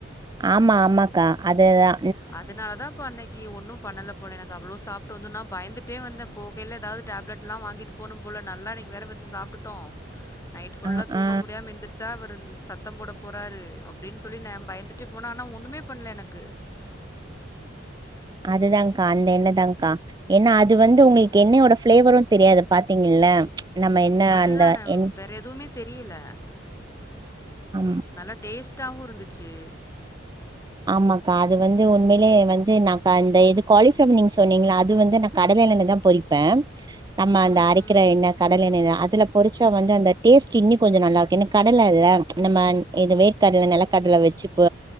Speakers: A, on the right (about 20°); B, on the left (about 15°).
A: ஆமா ஆமாக்கா அது ஆ
B: அதனால தாபா அன்னைக்கு ஒன்னு பண்ணல போல எனக்கு அவ்ளோ சாப்ட்டு வந்து நா பயந்துட்டே வந்தே போகையில ஏதாவது டேப்லெட் எல்லா வாங்கிட்டு போணு போல நல்லா இன்னைக்கு வேற வச்சு சாப்ட்டுட்டோ நைட்ஃபுல்லா
A: ஆ
B: தூங்க
A: ஆ
B: முடியாம எந்திரச்சா அவர் சத்தோ போட போறாரு அப்டின்னு சொல்லி ந பயந்துட்டே போனா ஆனா ஒண்ணுமே பண்ணல எனக்கு
A: அதுதான்கா அந்த என்ணதான்கா ஏன்னா அது வந்து உங்களுக்கு என்னயோட ஃப்ளேவரு தெரியாது பாத்தீங்கல்ல நம்ம என்ன
B: அதுதான
A: அந்த என்
B: வேற எதுவுமே தெரியல
A: ஆமா
B: நல்ல டேஸ்ட் டாவு இருந்துச்சு
A: ஆமாக்கா அது வந்து உண்மையிலே வந்து நக்கா அந்த இது குவாலிஃப நீங்க சொன்னீங்கள அது வந்து நா கடலென்னைலதா பொறிப்பே நம்ம அந்த
B: ம்,
A: அரைக்கிற
B: ம்.
A: என்ன கட டலெண்ணதா அதுல பொரிச்சா வந்து அந்த டேஸ்ட் இன்னு கொஞ்ச நல்லா இருக்கு ஏன்னா கடல இல்ல நம்ம இது வேர்க்கடல நெலக்கடல வச்சு ப்ப